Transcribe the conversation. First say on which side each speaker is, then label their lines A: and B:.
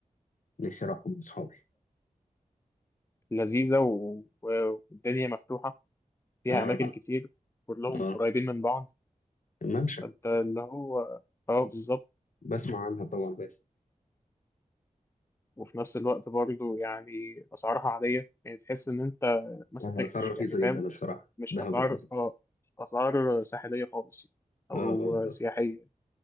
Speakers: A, on the left (about 65°); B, on the left (about 20°).
A: نفسي اروح مع اصحابي
B: لذيذة و- و- والدنيا مفتوحة فيها
A: اه
B: أماكن كتير كلهم
A: اه
B: قريبين من بعض
A: الممشى
B: فأنت اللي هو اه آه، بالظبط
A: بسمع عنها طبعا بس
B: وفي نفس الوقت برضه يعني أسعارها عادية يعني تحس إن أنت ما سافرتش
A: آه، اسعارها رخيصه
B: يعني فاهم
A: جدا الصراحه
B: مش
A: دهب
B: أسعار
A: رخيصه
B: آه أسعار ساحلية خالص أو
A: اه آه،
B: سياحية